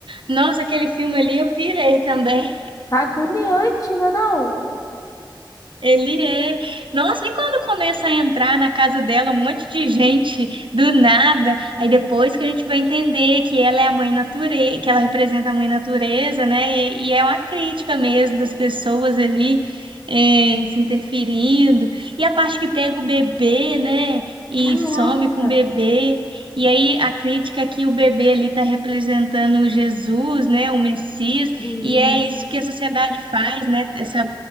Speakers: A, on the right; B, on the left.
A: Nossa, aquele filme ali eu pirei também.
B: Agoniante, não é não?
A: Ele é. Nossa, e quando começa a entrar na casa dela um monte de gente do nada, aí depois que a gente vai entender que ela é a mãe natureza, que ela representa a mãe natureza, né? E, e é uma crítica mesmo das pessoas ali eh, se interferindo. E a parte que pega o bebê, né? E
B: Caraca.
A: some com o bebê. E aí a crítica é que o bebê ali está representando Jesus, né? O Messias.
B: Hum,
A: E é isso que a sociedade faz, né? Essa